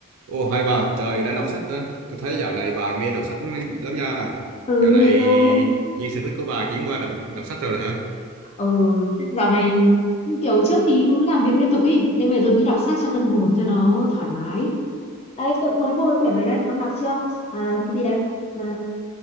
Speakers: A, on the right; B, on the left.
A: Ồ hai bà, trời đang đọc sách đó. Tôi thấy dạo này bà mê đọc sách lắm, lắm nha.
B: Ừ,
A: Dạo này
B: hello.
A: như sở thích của bà chuyển qua đọc, đọc sách rồi hả?
B: Ừ, dạo này kiểu trước thì cứ làm việc liên tục ý. Nên bây giờ tôi nghĩ đọc sách cho tâm hồn cho nó thoải mái. Đây, tôi mới mua cái quyển này đây. Ông đọc chưa? À, cái gì đây? À,